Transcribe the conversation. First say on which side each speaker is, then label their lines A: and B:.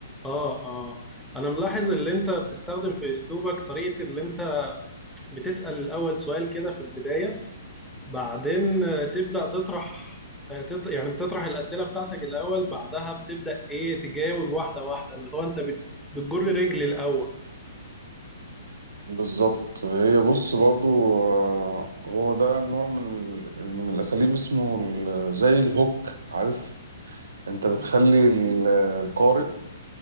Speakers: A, in the centre; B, on the right (about 70°).
A: اه اه انا ملاحظ اللي انت بتستخدم في اسلوبك طريقة اللي انت بتسأل الاول سؤال كده في البداية بعدين آه، تبدأ تطرح آه، تط... يعني بتطرح الأسئلة بتاعتك الاول بعدها بتبدأ ايه تجاوب واحدة واحدة اللي هو انت بت... بتجر رجل الاول
B: بالظبط هي بص برضو آه، هو ده نوع من ال- من الأساليب اسمه ال- زي الهوك عارف انت
A: مم.
B: بتخلي ال- القارئ